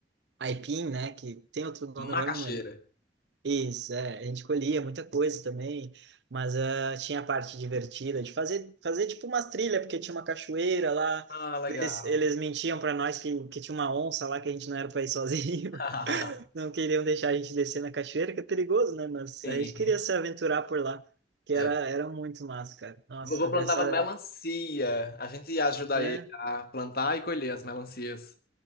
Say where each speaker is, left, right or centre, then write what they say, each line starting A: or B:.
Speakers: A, on the right; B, on the left.
A: Aipim, né? Que tem outro nome
B: Macaxeira.
A: agora, eu não lembro. Isso, é, a gente colhia muita coisa também, mas ah, tinha a parte divertida de fazer, fazer tipo umas trilhas, porque tinha uma cachoeira lá,
B: Ah, legal.
A: eles, eles mentiam para nós que, que tinha uma onça lá, que a gente não era para ir sozinho,
B: <laughs>
A: <laughs> não queriam deixar a gente descer na cachoeira, que é perigoso, né? Mas
B: Sim.
A: a gente queria se aventurar por lá, que
B: É.
A: era, era muito massa, cara. Nossa,
B: Vovô plantava
A: essa,
B: melancia. A gente ia ajudar
A: né?
B: ele a plantar e colher as melancias.